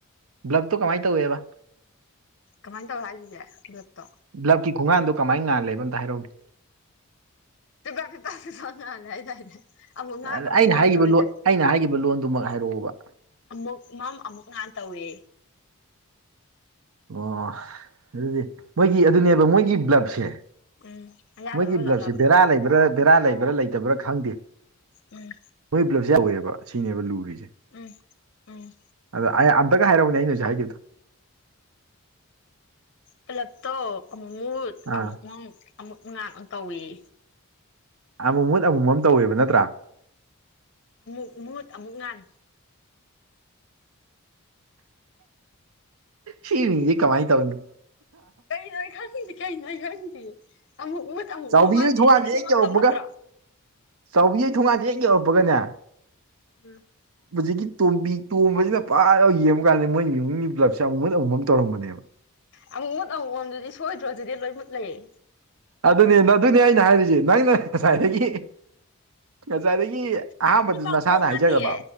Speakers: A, on the right; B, on the left.
A: ꯕ꯭ꯂꯛꯇꯣ ꯀꯃꯥꯏ ꯇꯧꯋꯦꯕ
B: ꯀꯃꯥꯏ ꯇꯧ ꯍꯥꯏꯁꯤꯗꯤ ꯕꯂꯨꯞ ꯇꯣ
A: ꯕ꯭ꯂꯨꯞ ꯀꯤ ꯈꯣꯡꯒꯥꯡꯗꯣ ꯀꯃꯥꯏ ꯉꯥꯜꯂꯦꯕ ꯑꯝꯇ ꯍꯥꯏꯔꯛꯎꯅꯦ
B: ꯄꯤꯄꯥ ꯄꯤꯄꯥꯁꯨ ꯁ ꯉꯥꯜꯂꯦ ꯍꯥꯏꯗꯥꯏꯅꯦ ꯑꯃꯨꯛ ꯉꯍꯥꯟ
A: ꯑꯩꯅ
B: ꯑꯃꯨꯛ ꯃꯝ
A: ꯍꯥꯏꯈꯤꯕ
B: ꯇꯧꯋꯦꯗꯥꯏ
A: ꯂꯣꯟ ꯑꯩꯅ ꯍꯥꯏꯈꯤꯕ ꯂꯣꯟꯗꯨꯃꯛ ꯍꯥꯏꯔꯛꯑꯣꯕ
B: ꯑꯃꯨꯛ ꯃꯝ ꯑꯃꯨꯛ ꯉꯥꯟ ꯇꯧꯋꯦ
A: ꯑꯣ ꯑꯗꯨꯗꯤ ꯃꯣꯏꯒꯤ ꯑꯗꯨꯅꯦꯕ ꯃꯣꯏꯒꯤ ꯕ꯭ꯂꯞꯁꯦ
B: ꯎꯝ ꯑꯌꯥꯗꯕ
A: ꯃꯣꯏꯒꯤꯕꯞꯁꯦ
B: ꯕꯂꯞ ꯂꯥꯕ
A: ꯕꯦꯔꯥ ꯂꯩꯕ꯭ꯔꯥ ꯕꯦꯔꯥ ꯂꯩꯕ꯭ꯔꯥ ꯂꯩꯇꯕ꯭ꯔꯥ ꯈꯪꯗꯦ
B: ꯎꯝ
A: ꯃꯣꯏ ꯕꯂꯞꯁꯦ ꯌꯥꯎꯋꯦꯕ ꯁꯤꯅꯦꯕ ꯂꯨꯔꯤꯁꯦ
B: ꯎꯝ ꯎꯝ
A: ꯑꯗꯣ ꯑꯩ ꯑꯝꯇꯀ ꯍꯥꯏꯔꯛꯎꯅꯦ ꯑꯩꯅꯁ ꯍꯨꯖꯤꯛ ꯍꯥꯏꯈꯤꯕꯗꯨ
B: ꯄꯨꯂꯞꯛꯇꯣ ꯑꯃꯨꯛ ꯃꯨꯠ
A: ꯑꯥ
B: ꯑꯃꯨꯛ ꯃꯥꯝ ꯑꯃꯨꯛ ꯉꯟ ꯑꯃꯨꯛ ꯇꯧꯑꯌꯦ
A: ꯑꯃꯨ ꯃꯨꯠ ꯑꯃꯨꯃ ꯃꯝ ꯇꯧꯋꯦꯕ ꯅꯠꯇ꯭ꯔꯥ
B: ꯑꯃꯨꯛ ꯃꯍꯨꯠ ꯑꯃꯨꯛ ꯉꯥꯟ
A: ꯁꯤꯅꯤꯗꯤ ꯀꯃꯥꯏꯅ ꯇꯧꯅꯤ
B: ꯀꯩꯅꯣ ꯑꯩ ꯈꯪꯉꯤꯁꯤ ꯀꯩꯅꯣ ꯑꯩ ꯈꯪꯗꯤꯌꯦ ꯑꯃꯨꯛ ꯃꯨꯠ ꯑꯃꯨꯛ
A: ꯆꯥꯎꯕꯤ
B: ꯃꯝ ꯃꯃꯥꯏꯗꯗꯤ
A: ꯍꯣꯏ ꯊꯣꯡꯒꯥꯟꯁꯦ
B: ꯑꯅꯤꯃꯛꯇ
A: ꯍꯦꯛ ꯌꯧꯔꯛꯄꯒ
B: ꯃꯨꯠꯇ꯭ꯔꯣ
A: ꯆꯥꯎꯕꯤ ꯌꯩ ꯊꯣꯡꯒꯥꯟꯁꯦ ꯍꯦꯛ ꯌꯧꯔꯛꯄꯒꯅꯦ
B: ꯎꯝ
A: ꯍꯧꯖꯤꯛꯀꯤ ꯇꯣꯝꯕꯤ ꯇꯣꯝꯕꯁꯤꯅ ꯐꯥꯅ ꯌꯦꯡꯕ ꯀꯥꯟꯗ ꯃꯣꯏꯒꯤ ꯏꯃꯨꯡꯒꯤ ꯕ꯭ꯂꯞꯁꯦ ꯑꯃꯨꯛ ꯃꯨꯠ ꯑꯃꯨꯛ ꯃꯝ ꯇꯧꯔꯝꯕꯅꯦꯕ
B: ꯑꯃꯨꯛ ꯃꯨꯠ ꯑꯃꯨꯛ ꯃꯝꯗꯨꯗꯤ ꯁꯣꯏꯗ꯭ꯔꯣꯗꯨꯗꯤ ꯂꯣꯏ ꯃꯨꯠ ꯂꯩꯌꯦ
A: ꯑꯗꯨꯅꯦꯅ ꯑꯗꯨꯅꯦ ꯑꯩꯅ ꯍꯥꯏꯔꯤꯁꯦ ꯅꯪꯅ ꯉꯁꯥꯏꯗꯒꯤ ꯉꯁꯥꯏꯗꯒꯤ ꯑꯍꯥꯟꯕꯗ
B: ꯑꯗꯨꯗꯤ ꯄꯥꯎꯈꯣꯡ
A: ꯅꯁꯥꯅ ꯍꯥꯏꯖꯈ꯭ꯔꯕ
B: ꯅꯠꯇꯤꯌꯦ